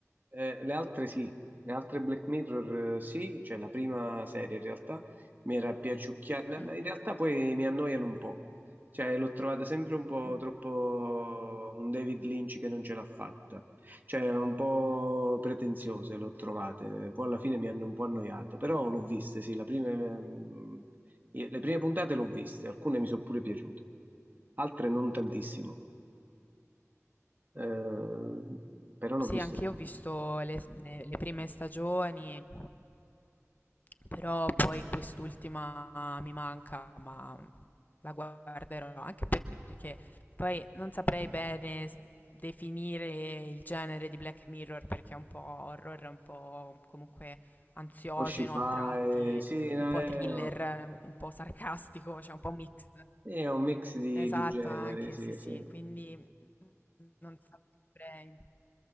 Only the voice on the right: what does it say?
eh, le altre sì, le altre Black Mirror eh, sì, cioè la prima serie in realtà mi era piaciucchiata, in
realtà poi mi annoiano un po', cioè l'ho trovata sempre un po'
troppo un David Lynch che non ce l'ha fatta, cioè un po' pretenziose l'ho trovate, poi alla fine mi hanno un po' annoiato, però l'ho viste, sì, la prima, mm, le prime puntate l'ho viste, alcune mi sono pure piaciute, altre non tantissimo. Eh, però l'ho
viste
tutte.
Poi ci fa,
eh, sì, eh,
è un mix di,
di generi,
sì,
sì.